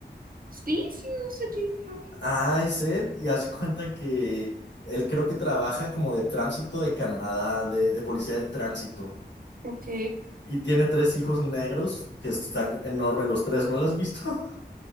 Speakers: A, on the right; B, on the left.
A: Sí, sí, me gusta Jim Carrey.
B: Ah, es él y hace cuenta que él creo que trabaja como de tránsito de Canadá, de, de policía de tránsito.
A: Ok.
B: Y tiene tres hijos negros que están enormes los tres, ¿no los has visto? <laughs>